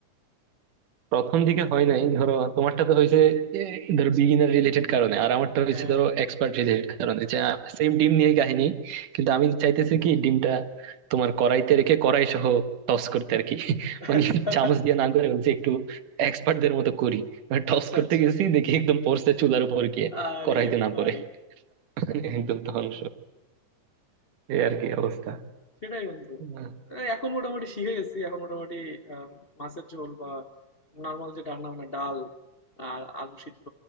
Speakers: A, on the right; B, on the left.
A: প্রথম দিকে হয় নাই ধরো তোমারটা তো হয়েছে এ, ধরো বিগিনার রিলেটেড কারণে আর আমারটা হয়েছে
B: হ্যাঁ
A: ধরো এক্সপার্ট রিলেটেড কারণে যে সেম ডিম নিয়ে কাহিনী কিন্তু আমি চাইতেছি কি ডিমটা তোমার কড়াইতে রেখে কড়াই সহ টস করতে আর কি মানে
B: হ্যাঁ।
A: চামচ দিয়ে
B: <laughs>
A: না করে হচ্ছে একটু এক্সপার্ট দের মতো করি মানে টস
B: আচ্ছা
A: করতে
B: আচ্ছা
A: গেছি দেখি একদম পড়ছে চুলার উপর গিয়ে
B: আরে
A: কড়াইতে না
B: ভাই
A: পড়ে <laughs> একদম ধ্বংস এই আর কি অবস্থা
B: সেটাই বন্ধু
A: আহ,
B: এই এখন মোটামুটি শিখে গেছি এখন মোটামুটি আম, মাছের ঝোল বা নর্মাল যে রান্না বান্না ডাল আর আলু সিদ্ধ